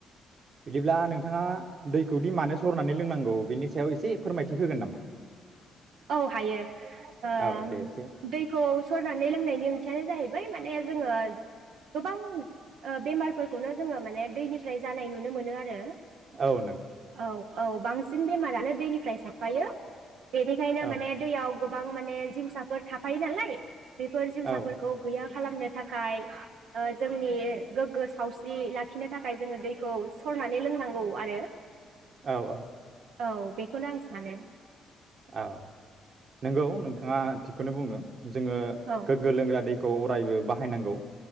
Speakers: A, on the right (about 50°); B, on the right (about 75°).
A: बिदिब्ला नोंथाङा दैखौ दि मानो सरनानै लोंनांगौ बेनि सायाव एसे फोरमायथि होगोन नामा?
B: औ-औ हायो आ
A: औ दे एसे
B: दैखौ सरनानै लोंनायनि ओंथियानो जाहैबाय माने जोङो गोबां बेमारफोरखौनो जोङो माने दैनिफ्राय जानाय नुनो मोनो आरो
A: औ नों
B: औ औ बांसिन बेमारानो दैनिफ्राय साबफायो बेनिखायनो
A: औ
B: माने दैयाव गोबां माने जिउसाफोर थाफायो नालाय बेफोर जिउसाफोरखौ
A: औ
B: गैया खालामनो थाखाय ओ जोंनि गोग्गो सावस्रि लाखिनो थाखाय जोङो दैखौ सरनानै लोंनांगौ आरो।
A: औ औ।
B: औ बे। बेखना आं सानो।
A: औ नंगौ नोंथाङा थि। बेखौनो बुंनो। ओ जोङो
B: औ
A: गोग्गो लोंग्रा दैखौ अरायबो। बाहायनांगौ